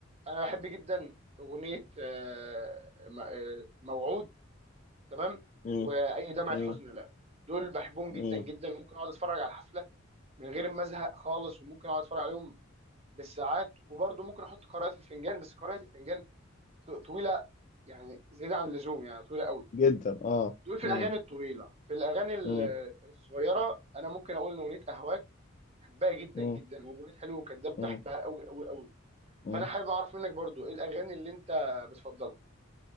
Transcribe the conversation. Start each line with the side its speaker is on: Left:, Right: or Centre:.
Right: انا بحب جدا اغنيه آه م- آه، موعود تمام
Left: مم.
Right: واي دمعه
Left: مم.
Right: حزن لا دول بحبهم
Left: مم.
Right: جدا جدا ممكن اقعد اتفرج على الحفله من غير ما ازهق خالص وممكن اقعد اتفرج عليهم بالساعات وبرضه ممكن احط قراءه الفنجان بس قراءه الفنجان ط- طويله يعني زياده عن اللزوم يعني طويله قوي
Left: جدا اه
Right: دول في
Left: مم.
Right: الاغاني الطويله في الاغاني ال-
Left: مم.
Right: الصغيره انا ممكن اقول ان اغنيه اهواك بحبها جدا
Left: مم.
Right: جدا واغنيه حلو وكذاب
Left: مم.
Right: بحبها قوي قوي قوي
Left: مم.
Right: فانا حابب اعرف منك برضه ايه الاغاني اللي انت بتفضلها